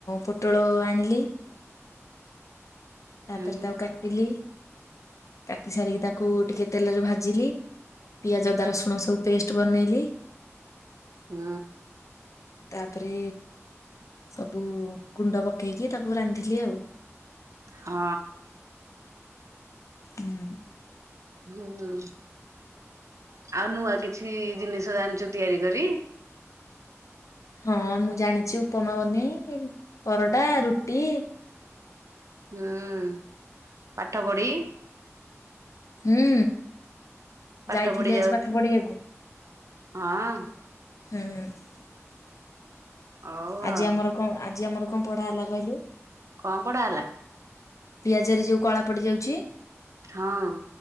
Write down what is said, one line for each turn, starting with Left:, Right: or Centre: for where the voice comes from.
Left: ପୋଟଳ ଆଣିଲି। ତାପରେ
Right: ହୁଁ
Left: ତାକୁ କାଟିଲି କାଟି ସାରିକି ତାକୁ ଟିକେ ତେଲରେ ଭାଜିଲି। ପିଆଜ, ଅଦା, ରସୁଣ ସବୁ ପେଷ୍ଟ ବନେଇଲି।
Right: ହୁଁ।
Left: ତାପରେ ସବୁ ଗୁଣ୍ଡ ପକେଇକି ତାକୁ ରାନ୍ଧିଲି ଆଉ।
Right: ହଁ।
Left: ହୁଁ।
Right: ହୁଁ। ଆଉ ନୂଆ କିଛି ଜିନିଷ ଜାଣିଚୁ ତିଆରି କରି।
Left: ହଁ ମୁଁ ଜାଣିଛି ଉପମା ବନେଇ ପରଟା, ରୁଟି
Right: ହୁଁ ପାଠ ପଢ଼ି
Left: ହୁଁ,
Right: ପାଠ
Left: ଯାଇଥିଲି
Right: ପଢି ଯାଉଛୁ
Left: ଆଜି ପାଠ ପଢିବାକୁ।
Right: ହଁ।
Left: ହୁଁ।
Right: ହଉ
Left: ଆଜି
Right: ଆଉ
Left: ଆମର କଣ ଆଜି ଆମର କଣ ପଢା ହେଲା କହିଲୁ।
Right: କଣ ପଢ଼ା ହେଲା?
Left: ପିଆଜରେ ଯଉ କଳା ପଡିଯାଉଛି
Right: ହଁ।